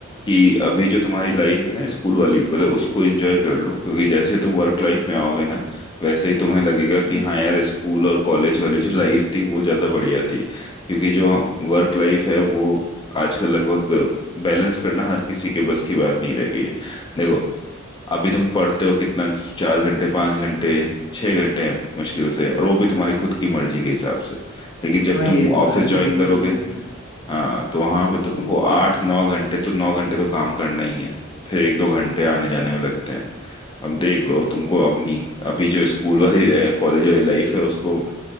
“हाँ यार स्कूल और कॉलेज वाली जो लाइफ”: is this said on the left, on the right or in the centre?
Left